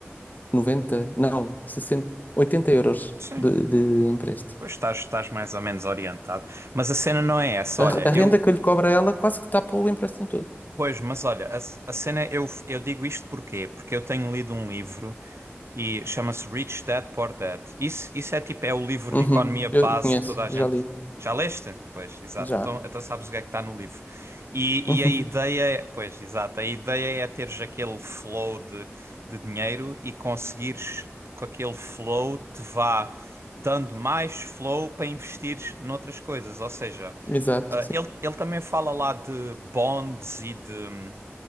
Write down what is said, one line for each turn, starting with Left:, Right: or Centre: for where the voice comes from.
Left: 90, não, 60 80 euros
Right: Sim.
Left: de, de empréstimo.
Right: Pois estás, estás mais ou menos orientado. Mas a cena não é essa.
Left: A,
Right: Olha,
Left: a renda
Right: eu.
Left: que eu lhe cobro a ela quase que tapa o empréstimo todo.
Right: Pois, mas olha, a, c- a cena, eu, eu digo isto porquê? Porque eu tenho lido um livro e chama-se Rich Dad Poor Dad. Isso, isso é tipo, é o livro
Left: Uhum,
Right: de economia base
Left: eu conheço,
Right: que toda a gente.
Left: já li,
Right: Já leste? Pois, exato.
Left: já.
Right: Então, então sabes o que é que está no livro. E,
Left: Uhum,
Right: e a ideia, pois, exato, a ideia é teres aquele flow de, de dinheiro e conseguires com aquele flow te vá dando mais flow para investires noutras coisas. Ou seja,
Left: exato,
Right: ah,
Left: sim.
Right: ele, ele também fala lá de bonds e de,